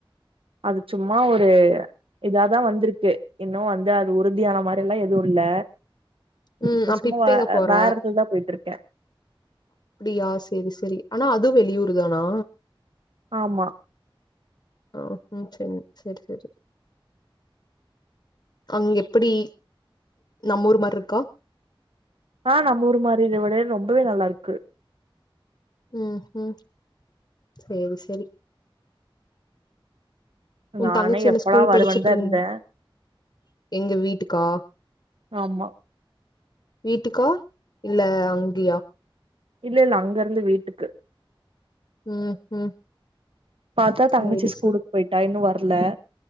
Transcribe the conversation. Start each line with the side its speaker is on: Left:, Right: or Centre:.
Right: அது சும்மா ஒரு இதாதா வந்துருக்கு இன்னு வந்து அது உறுதியான மாரி எல்லா எதுவு இல்ல
Left: ம்
Right: இப்ப
Left: அப்ப
Right: சும்மா வ
Left: எங்க
Right: அ
Left: போற
Right: வேற எடத்துல் தா போயிட்ருக்கே
Left: ப்டியா சேரி சேரி ஆனா அதுவ் வெளியூர் தானா
Right: ஆமா
Left: ஆ ம் சேரி சேரி சேரி அங்க எப்டி நம்ம ஊர் மாரி இருக்கா
Right: ஆ நம்ம ஊர் மாரி ரொம்பவே நல்லா இருக்கு
Left: ம் ம் சேரி சேரி உன்
Right: நானே
Left: தங்கச்சி என்ன
Right: எப்பல்லா
Left: ஸ்கூல்
Right: வருவேன்
Left: படிச்சுட்டு
Right: தா
Left: இருந்
Right: இருந்தே
Left: எங்க வீட்டுக்கா
Right: ஆமா
Left: வீட்டுக்கா இல்ல அங்கயா
Right: இல்ல இல்ல அங்க இருந்து வீட்டுக்கு
Left: ம் ம்
Right: பாத்தா தங்கச்சி
Left: சேரி
Right: ஸ்கூலுக்கு
Left: சேரி
Right: போயிட்டா இன்னும் வர் வர்ல